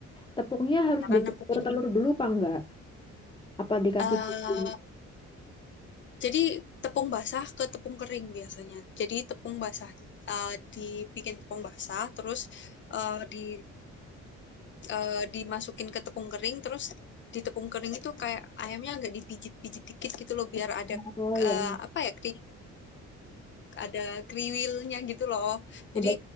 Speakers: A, on the left; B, on the left.
A: Tepungnya harus
B: Karena
A: dicampur
B: nepungin
A: telur dulu apa enggak? Apa dikasih
B: eh
A: bumbu?
B: Jadi tepung basah ke tepung kering biasanya. Jadi tepung basah eh, dibikin tepung basah, terus eh, di eh, dimasukin ke tepung kering, terus di tepung kering itu kayak ayamnya agak dipijit-pijit dikit gitu loh, biar ada
A: Oh ya,
B: eh, apa ya kri, ada kriwilnya gitu loh. Jadi
A: ada